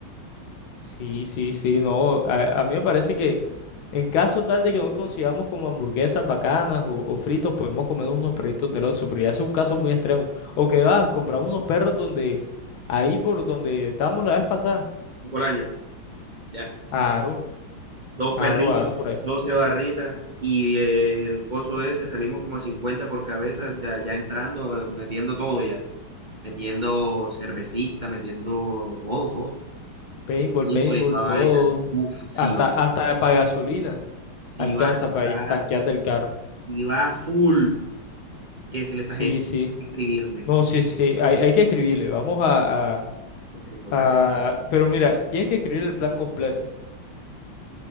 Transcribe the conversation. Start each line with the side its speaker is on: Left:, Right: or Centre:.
Left: Sí, sí, sí, no, a, a mí me parece que en caso tal de que no consigamos como hamburguesas bacanas o, o fritos, podemos comer unos perritos del Oxxo, pero ya es un caso muy extremo. O que va, compramos unos perros donde, ahí por donde estábamos la vez pasada.
Right: un bolaño. Ya.
Left: Aro,
Right: Dos
Left: aro,
Right: perritas,
Left: aro por allá.
Right: 12 barritas y el coso ese salimos como a 50 por cabeza, ya, ya entrando, metiendo todo ya. Metiendo cervecita, metiendo todo, todo.
Left: Paintball,
Right: Híjole,
Left: paintball,
Right: y toda
Left: todo.
Right: vaina. Uf, sí
Left: Hasta,
Right: va,
Left: hasta para gasolina
Right: sí
Left: alcanza
Right: va, sí
Left: para
Right: va,
Left: tanquear del carro.
Right: sí va full. ¿Qué decirle a esta
Left: Sí,
Right: gente?
Left: sí.
Right: Hay que escribirle, hay
Left: No, sí, sí. Hay, hay que escribirle. Vamos a, a-
Right: que escribirlo,
Left: a-
Right: más escribirlo.
Left: Pero mira, tienes que escribir el plan completo.